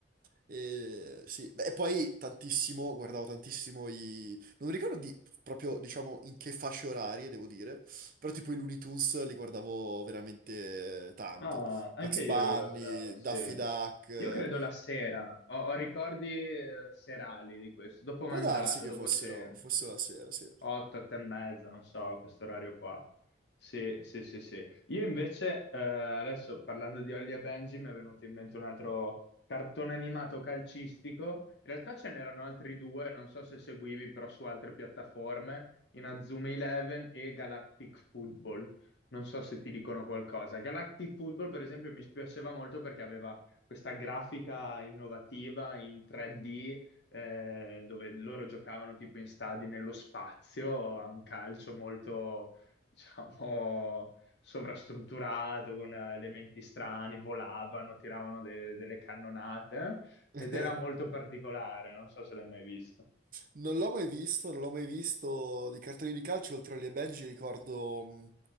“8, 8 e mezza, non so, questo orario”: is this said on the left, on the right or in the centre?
Left